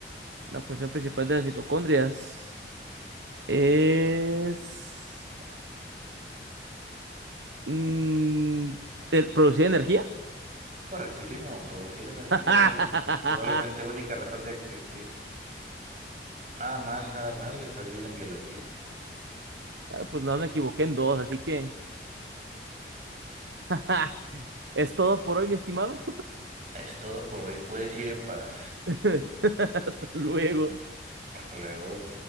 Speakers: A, on the right (about 85°); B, on the right (about 45°).
A: La función principal de las mitocondrias es mm, ¿de- producir energía.
B: Correctísimo, producir energía
A: <laughs>
B: es su probablemente única razón de existir. Nada mal, nada mal, estás bien en biología.
A: Pues no me equivoqué en dos, así que <laughs> es todo por hoy, mi estimado.
B: Es todo por hoy, puedes ir en paz.
A: <laughs> Hasta luego.
B: Hasta luego.